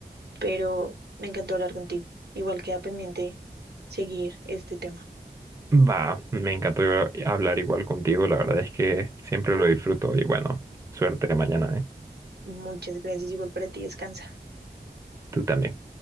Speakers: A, on the right (about 80°); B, on the right (about 20°).
A: Pero me encantó hablar contigo. Igual queda pendiente seguir este tema.
B: Va, me encantó hablar igual contigo, la verdad es que siempre lo disfruto y bueno, suerte mañana, ¿eh?
A: Muchas gracias. Igual para ti. Descansa.
B: Tú también.